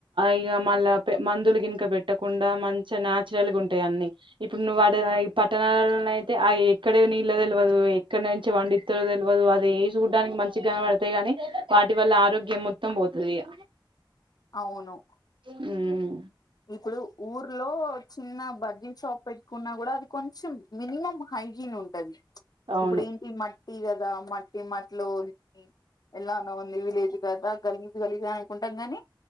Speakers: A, on the right (about 75°); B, on the left (about 50°).
A: ఇగా మళ్ళ మందులు ఇంకా పెట్టకుండా మంచిగా నచురల్ గా ఉంటాయి అన్ని ఇప్పుడు నువ్వు ఈ పట్టణాలయి ఆ ఎక్కడ నీల్లో తెలవదు ఎక్కడ నుంచి వండి తెలవదు అది ఏస్ చూడ్డానికి మంచిగ కనపడతాయి కానీ వాటి వల్ల ఆరోగ్యం మొత్తం పోతుంది ఇగ
B: అవును
A: మ్
B: ఇప్పుడు ఊర్లో చిన్న బజ్జిల్ షాప్ పెట్టుకున్నా కూడా అది కొంచం మినిమం హైజీన్ ఉంటది
A: అవును
B: ఇప్పుడ ఏంటి మ ట్టి కదా మట్టి మట్లో తిప్పి ఎలా అన్నా ఉంది విలేజ్ కదా కలిసి కలిసి అనుకుంటాం గాని